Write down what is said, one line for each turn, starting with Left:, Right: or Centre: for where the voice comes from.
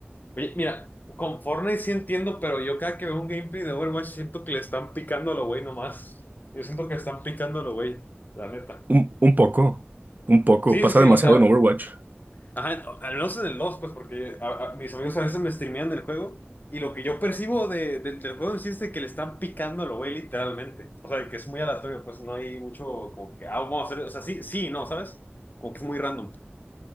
Left: Oye, mira, con Fortnite sí entiendo, pero yo cada que veo un gameplay de Overwatch siento que le están picando a lo güey nomás. Yo siento que están picando a lo güey, la neta.
Right: un, un poco, un poco,
Left: Sí,
Right: pasa
Left: sí, sí,
Right: demasiado
Left: o sea.
Right: en Overwatch.
Left: Ajá, al menos en el dos pues, porque a- a- mis amigos a veces me streamean el juego y lo que yo percibo de, de- del juego en sí es de que le están picando a lo güey literalmente. O sea, de que es muy aleatorio, pues no hay mucho como que, ah, vamos a hacer, o sea, sí, sí, no, ¿sabes? Como que es muy random.